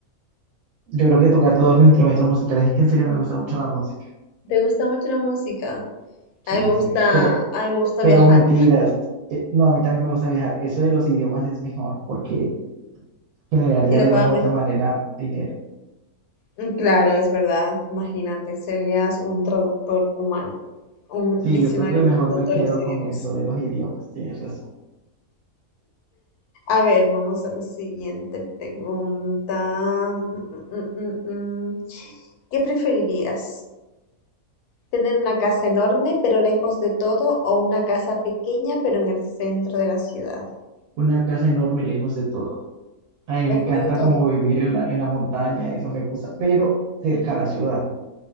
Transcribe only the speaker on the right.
Yo creo que tocar todos los instrumentos musicales es que en serio me gusta mucho la música.
Sí,
sí. Pero,
pero
mentiras. Eh, no, a mí también me gusta viajar. Eso de los idiomas es mejor porque generaría
de
una u otra manera dinero.
Sí,
yo creo que mejor
me
quedo
con eso de los idiomas. Tienes razón.
una casa enorme lejos de todo. A mí
me encanta
como vivir en la, en la montaña, eso me gusta, pero cerca a la ciudad,